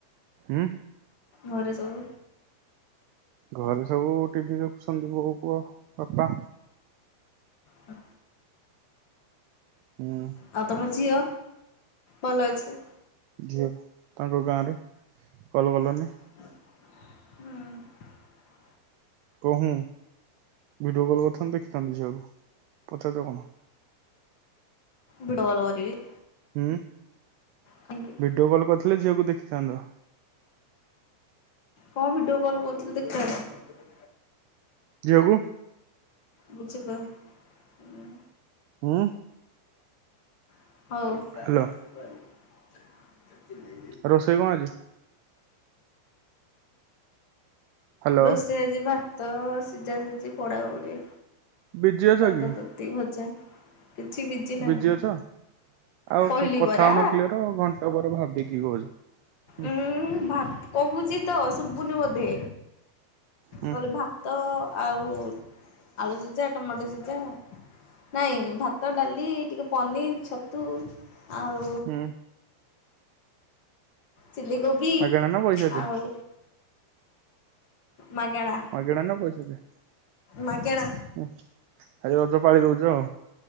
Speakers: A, on the right; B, on the left.
A: ଉଁ?
B: ଘରେ ସବୁ?
A: ଘରେ ସବୁ ଟିଭି ଦେଖୁଛନ୍ତି। ବୋଉ, ପୁଅ, ବାପା
B: ହ
A: ହୁଁ
B: ଆଉ ତମ ଝିଅ ଭଲ ଅଛି।
A: ଝିଅକୁ ତାଙ୍କ ଗାଁରେ କଲ୍ କଲନି?
B: ହୁଁ।
A: କଣ ହୁଁ, ଭିଡିଓ କଲ କରିଥାନ୍ତ ଦେଖିଥାନ୍ତ ଝିିଅକୁ। ପଚାରୁଚ କଣ?
B: ଭିଡ଼ିଓ କଲ୍ କରିବି?
A: ହୁଁ
B: କାହିଁକି
A: ଭିଡିଓ କଲ୍ କରିଥିଲେ ଝିଅକୁ ଦେଖିଥାନ୍ତ।
B: କଣ ଭିଡିଓ କଲ କରିଥିଲେ ଦେଖିଥାନ୍ତି?
A: ଝିଅକୁ।
B: ବୁଝିପାର ଉଁ
A: ଉଁ?
B: ହଉ।
A: ହ୍ୟାଲୋ ରୋଷେଇ କଁ ହେଇଛି? ହ୍ୟାଲୋ
B: ରୋଷେଇ ଆଜି ଭାତ ସିଝା ସିଝି ପୋଡାପୋଡି
A: ବିଜି ଅଛ
B: ତତା
A: କି
B: ତତି ଭଜା। କିଛି ନାହିଁ
A: ବିଜି ଅଛ ଆଉ
B: କହିଲି
A: କଁ କଥା
B: ପରା
A: ହଉନ କ୍ଲିଅର ଆଉ ଘଣ୍ଟେ ପରେ ଭାବିକି କହୁଛ। ହୁଁ
B: ଉୁଁ ଭାତ କହୁଛି ତ ସୁବୁନି ବୋଧେ।
A: ହୁଁ
B: କଲି ଭାତ ଆଉ ଆଳୁ ସିଝା ଟମାଟୋ ସିଝା। ନାଇଁ ଭାତ ଡାଲି ଟିକେ ପନିର ଛତୁ ଆଉ
A: ହୁଁ
B: ଚିଲ୍ଲୀ କୋବି
A: ମାଗଣା ନା ପଇସା ଦେ
B: ଆଉ ମାଗେଣା
A: ମାଗେଣା ନା ପଇସା ଦିଆ?
B: ମାଗେଣା।
A: ଉୁଁ ଆଜି ରଜ ପାଳି ଦଉଛ ଆଉ।